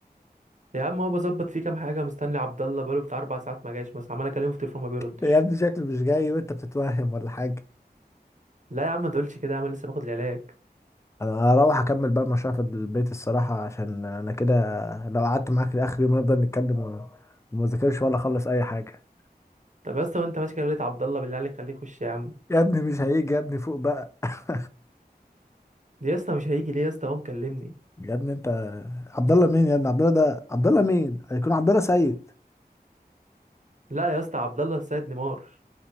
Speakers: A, on the right; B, on the left.
A: يا عم هو بظبط فيه كام حاجه مستني عبد الله بقاله بتاع اربع ساعات ما جاش مثلا عمال اكلمه في التليفون ما بيردش
B: يا ابني شكلي مش جاي وانت بتتوهم ولا حاجة
A: لا يا عم ما تقولش كده يا عم لسه باخد العلاج
B: انا هروح اكمل بقى المشروع في البيت الصراحة عشان انا كده لو قعدت معاك لاخر يوم هنفضل نتكلم و- وما ذاكرش ولا اخلص اي حاجة
A: طب يا اسطى وانت ماشي كده لقيت عبد الله بالله عليك خليه يخش يا عم
B: يا ابني مش هيجي يا ابني فوق بقى <laughs>
A: ليه يا اسطى مش هيجي ليه يا اسطى هو مكلمني
B: يا ابني انت عبد الله مين يا ابني عبد الله ده عبد الله مين هيكون عبد الله سيد
A: لا يا اسطى عبد الله السيد نيمار